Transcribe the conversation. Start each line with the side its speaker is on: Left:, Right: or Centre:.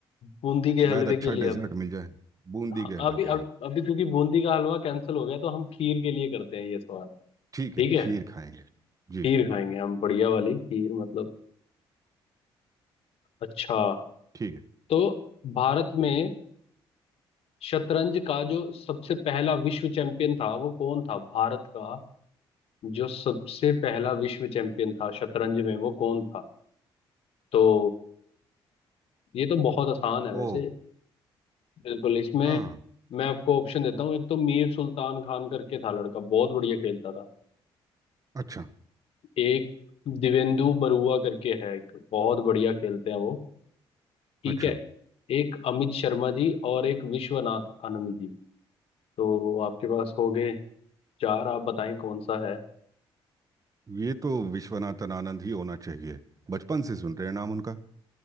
Left: बूंदी के
Right: शायद
Left: हलवे
Right: अच्छा
Left: के लिए
Right: डेजर्ट
Left: अब
Right: मिल जाए बूंदी
Left: हाँ,
Right: के हलवे
Left: अभी अब
Right: के लिए
Left: अभी क्योंकि बूंदी का हलवा कैंसिल हो गया तो हम खीर के लिए करते हैं ये सवाल
Right: ठीक
Left: ठीक
Right: है खीर
Left: है
Right: खाएंगे जी
Left: खीर खाएंगे हम बढ़िया वाली खीर मतलब अच्छा
Right: ठीक है
Left: तो भारत में शतरंज का जो सबसे पहला विश्व चैंपियन था वो कौन था भारत का जो सबसे पहला विश्व चैंपियन था शतरंज में वो कौन था तो ये तो बहुत आसान है
Right: ओ
Left: वैसे बिल्कुल इसमें
Right: हाँ
Left: मैं आपको ऑप्शन देता हूँ एक तो मीर सुल्तान खान करके था लड़का बहुत बढ़िया खेलता था
Right: अच्छा
Left: एक दिवेंदु बरुआ करके है एक बहुत बढ़िया खेलते हैं वो ठीक
Right: अच्छा
Left: है एक अमित शर्मा जी और एक विश्वनाथ आनंद जी तो आपके पास हो गए चार आप बताएं कौन सा है
Right: ये तो विश्वनाथन आनंद ही होना चाहिए बचपन से सुन रहे हैं नाम उनका